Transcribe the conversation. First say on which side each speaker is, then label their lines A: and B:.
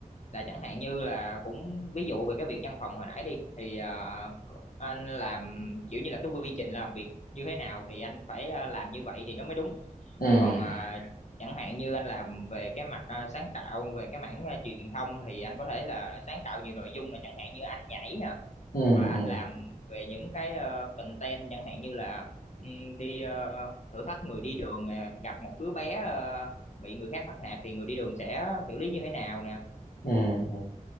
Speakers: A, on the left; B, on the left.
A: là chẳng hạn như là cũng ví dụ về cái việc văn phòng hồi nãy đi thì ờ, anh làm kiểu như là cái quy trình làm việc như thế nào thì anh phải ờ, làm như vậy thì nó mới đúng
B: ừ
A: còn ờ, chẳng hạn như anh làm về cái mặt ờ, sáng tạo về cái mảng ờ, truyền thông thì anh có thể là sáng tạo nhiều nội dung là chẳng hạn như anh nhảy nè
B: ừ
A: hoặc là anh
B: ừ
A: làm về những cái ờ, content chẳng hạn như là ừm, đi ờ, thử thách người đi đường nè, gặp một đứa bé ờ, bị người khác bắt nạt thì người đi đường sẽ xử lý như thế nào nè
B: ừ ừ